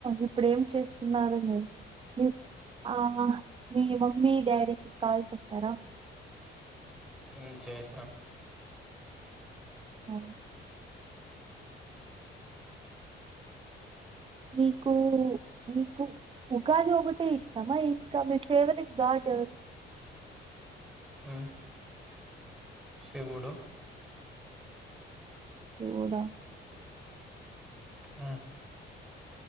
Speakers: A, on the right; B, in the centre.
A: ఇప్పుడు ఏం చేస్తున్నారు మీరు మీ ఆ మీ మమ్మీ డాడీకి కాల్ చేసారా
B: ఇ చేసినాం
A: అ మీకు మీకు ఉగాది ఒకటే ఇష్టమా ఇంకా మీ ఫేవరెట్ గాడ్ ఎవరు
B: మ్ శివుడు
A: శివుడా
B: ఆ